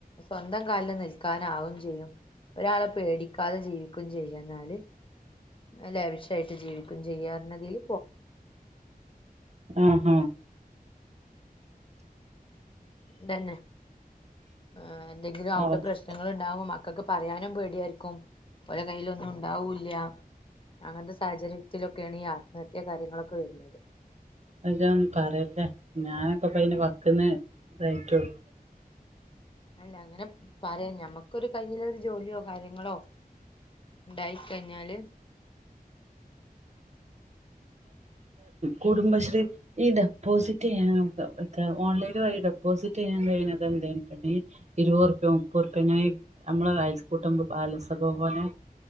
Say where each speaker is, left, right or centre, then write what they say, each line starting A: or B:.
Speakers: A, on the left (about 35°); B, on the right (about 45°).
A: സ്വന്തം കാല്ൽ നിൽ ക്കാനവും ചെയ്യും ഒരാളെ പേടിക്ക കത ജീവിക്കും ചെയ്യാന്നാല് ന്നാലാവിശായിട്ട് ജീവിക്കും ചെയ്യാർ ഞ്ഞതില്
B: ആ ആ
A: തന്നെ ഏ എന്തെങ്കിലും അവിടെ
B: അവസ്ഥ
A: പ്രശ്നങ്ങൾണ്ടാവുമ്പോ മ ക്കക്ക് പറയാനും പേടിയായ്ര്ക്കും ഓലെ കയ്യിലൊന്നും ഉണ്ടാവൂല്ല അങ്ങൻത്തെ സാഹചര്യത്തിലൊക്കെയാണ് ഈ ആത്മഹത്യാ കാര്യങ്ങളൊക്കെ വര്ന്നത്
B: അ ഇജഒന്നും പറല്ലേ ഞാനൊക്കെ പ്പയ്ന്റെ വക്ക്ന്ന് ഇതയിറ്റോള്ളൂ
A: അല്ല അങ്ങനെ പറയാൻ ഞമ്മുക്കൊരു കയ്യിലൊരു ജോലിയോ കാര്യങ്ങളോ ഉണ്ടായി കഴിഞ്ഞാല്
B: കൂടുംബശ്രീ ഈ ഡെപ്പോസിറ്റ് ചെയ്യാൻ ഓൺലൈന വഴ ഡെപ്പോസിറ്റ് ചെയ്യാൻ കഴിയഞ്ഞത് എന്ത ഇരുപത്ുപ്യ മുപ്പത്ുപോ ഇങ്ങനെ നമ്മള് കൂട്ടുമ്പോ ബാലസഭവം പോലെ